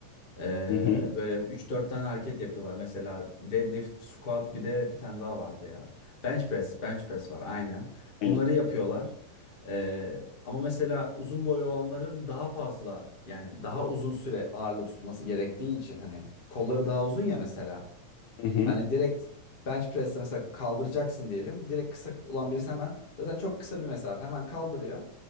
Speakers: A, on the left (about 45°); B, on the left (about 85°).
A: Ee,
B: Hı hı.
A: böyle üç dört tane hareket yapıyorlar. Mesela deadlift, squat bir de bir tane daha vardı ya. Bench press, bench press var aynen.
B: Aynen.
A: Bunları yapıyorlar. Ee, ama mesela uzun boylu olanların daha fazla yani daha uzun süre ağırlığı tutması gerektiği için hani kolları daha uzun ya mesela.
B: Hı hı.
A: Hani direkt bench press'te mesela kaldıracaksın diyelim. Direkt kısa olan birisi hemen zaten çok kısa bir mesafe hemen kaldırıyor.